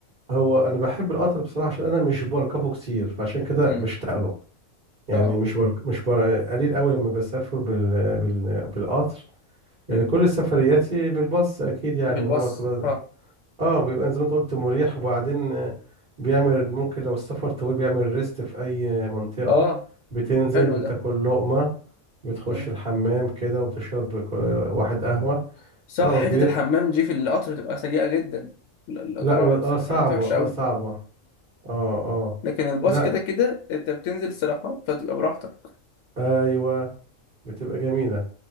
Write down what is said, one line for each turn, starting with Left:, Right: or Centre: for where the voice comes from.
Right: هو انا بحب القطر بصراحه عشان انا مش بركبه كتير فعشان كده
Left: امم
Right: بشتاق له يعني
Left: اه
Right: مش برك... مش بر... قليل قوي لما بسافر بال... بال... بالقطر يعني
Left: امم
Right: كل سفرياتي بالباص اكيد يعني
Left: بالبص
Right: هو طبعا
Left: اه
Right: اه بيبقى زي ما انت قلت مريح وبعدين آه، بيعمل ممكن لو السفر طويل بيعمل ريست في اي منطقه
Left: اه
Right: بتنزل
Left: حلو
Right: بتاكل
Left: ده
Right: لقمه بتخش
Left: امم
Right: الحمام كده وتشرب ك- واحد قهوه
Left: امم صح
Right: اه
Left: حتة
Right: بي...
Left: الحمام دي في القطر بتبقى سيئة جدا ال- القطورة
Right: لا و...
Left: ولا الس-
Right: اه
Left: الحمامات
Right: صعبه
Left: وحشة
Right: اه
Left: أوي
Right: صعبه اه اه
Left: لكن الباص
Right: لا
Left: كده كده أنت بتنزل استراحات فتبقى براحتك
Right: ايوه بتبقى جميله